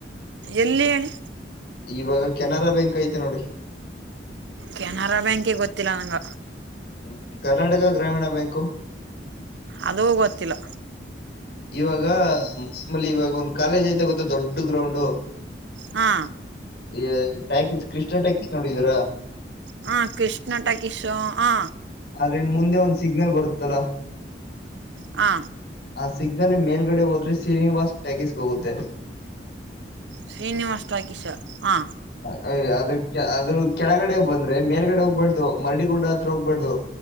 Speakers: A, on the right (about 80°); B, on the left (about 60°).
A: ಎಲ್ಲಿ ಹೇಳಿ.
B: ಇವಾಗ ಕೆನರಾ ಬ್ಯಾಂಕ್ ಐತೆ ನೋಡಿ.
A: ಕೆನರಾ ಬ್ಯಾಂಕ ಗೊತ್ತಿಲ್ಲ ನಂಗ.
B: ಹ್ಮ್ ಕರ್ನಾಟಕ ಗ್ರಾಮೀಣ ಬ್ಯಾಂಕು.
A: ಅದು ಗೊತ್ತಿಲ್ಲ.
B: ಇವಾಗ ಮಾಮೂಲಿ ಇವಾಗ ಒಂದ್ ಕಾಲೇಜ್ ಐತೆ ಗೊತ್ತ ದೊಡ್ಡ ಗ್ರೌಂಡ್.
A: ಹಾ.
B: ಈ ಟ್ಯಾಕಿಸ್ ಕೃಷ್ಣ ಟ್ಯಾಕಿಸ್ ನೋಡಿದೀರಾ.
A: ಹಾ ಕೃಷ್ಣ ಟಕಿಶೋ ಹ.
B: ಆದ್ರ ಇನ್ ಮುಂದೆ ಒಂದ್ ಸಿಗ್ನಲ್ ಬರುತ್ತಲ್ಲಾ.
A: ಹಾ.
B: ಆ ಸಿಗ್ನಲ್ ಮೇಲ್ಗಡೆ ಹೋದ್ರೆ ಶ್ರೀನಿವಾಸ್ ಟ್ಯಾಕೀಸ್ಗೆ ಹೋಗುತ್ತೆ.
A: ಶ್ರೀನಿವಾಸ ಟಾಕೀಸ್ ಹ.
B: ಹಾಯ ಅದ್ರ ಅದ್ರ ಕೆಳಗಡೆ ಬಂದ್ರೆ ಮೇಲ್ಗಡೆ ಹೋಗ್ಬಾರ್ದು ಮರಡಿ ಗುಡ್ಡ ಹತ್ರ ಹೋಗ್ಬಾರಡ್ದು.